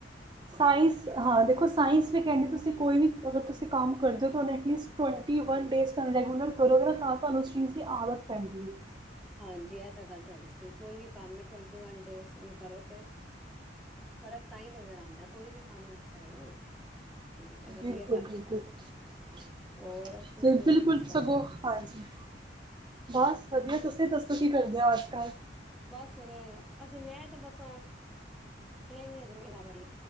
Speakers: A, on the right; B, in the centre.
A: ਸਾਇੰਸ ਹਾਂ ਦੇਖੋ ਸਾਇੰਸ ਵਿੱਚ ਪੈਂਣਜੀ ਤੁਸੀ ਕੋਈ ਵੀ ਅਗਰ ਤੁਸੀਂ‌ ਕਮ‌ ਕਰਦੇ ਹੋ ਤੁਹਾਨੂੰ ਅਟਲੀਸਟ ਟਵਨਟੀ ਵਨ ਡੇਸ ਤਹਾਨੂੰ ਰੈਗੂਲਰ ਕਰਦੇ ਹੋ ਤਾਂ ਤੁਹਾਨੂੰ ਉਸ ਸਟਰੀਮ‌ ਦੀ ਆਦਤ ਪੈਦੀ ਹੈ-ਠੀਕ ਏ।
B: ਹਾਂਜੀ, ਇਹ ਤਾਂ ਗੱਲ ਤੁਹਾਡੀ ਸਹੀ ਕੋਈ ਵੀ ਕੰਮ ਏ। ਟਵੰਟੀ ਵਨ ਡੇਜ਼ਨ ਕਰੋ ਤੇ ਫਰਕ ਤਾਂ ਹੀ ਨਜ਼ਰ ਆਂਦਾ ਕੋਈ ਵੀ ਕੰਮ ਅੱਛਾ ਹੈ ਉਹ ਠੀਕ ਹੈ ਵਧੀਆ
A: ਬਿਲਕੁਲ-ਬਿਲਕੁਲ-ਬਿਲਕੁਲ
B: ਗੱਲ ਹੋਰ ਤੁਸੀਂ ਹੋਰ ਦੱਸੋ?
A: ਸਗੋਂ ਹਾਂਜੀ ਬਸ ਵਧੀਆ ਤੁਸੀਂ ਦੱਸੋ? ਤੁਸੀਂ ਕੀ ਕਰਦੇ ਹੋ ਅੱਜ ਕੱਲ?
B: ਬਸ ਹੁਨ ਅਸੀਂ ਮੈਂ ਤਾਂ ਬਸ ਅਜੇ